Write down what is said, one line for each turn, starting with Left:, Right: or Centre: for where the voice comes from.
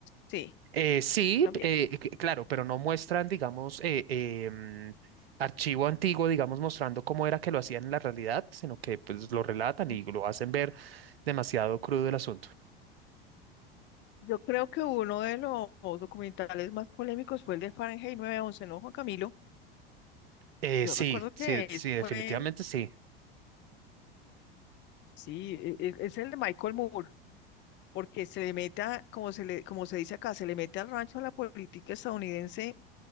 Left: Sí,
Right: Eh, sí,
Left: también.
Right: eh, c- claro, pero no muestran, digamos, eh, eh, mm, archivo antiguo, digamos, mostrando cómo era que lo hacían en la realidad, sino que pues lo relatan
Left: Mm.
Right: y lo hacen ver demasiado crudo el asunto.
Left: Yo creo que uno de los documentales más polémicos fue el de Fahrenheit nueve once ¿no, Juan Camilo?
Right: Eh,
Left: Yo
Right: sí,
Left: recuerdo que
Right: sí, sí,
Left: es-
Right: definitivamente
Left: fue,
Right: sí.
Left: sí, e- e- es el de Michael Moore, porque se le meta, como se le, como se dice acá, se le mete al rancho a la política estadounidense